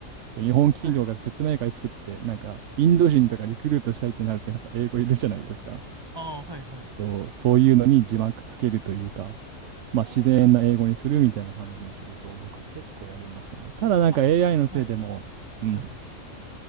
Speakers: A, on the right (about 70°); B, on the right (about 20°).
A: そう日本企業が説明会作って、
B: はい。
A: なんかインド人とかリクルートしたいってなるとやっぱ英語いるじゃないですか。
B: ああ、はいはい。
A: そう、そういうのに字幕つけるというか、まあ自然な英語にするみたいな感じの仕事を僕は結構やりましたね。
B: ああ。
A: ただなんか
B: あ、
A: AI のせいでもう、
B: はい。
A: うん
B: はいは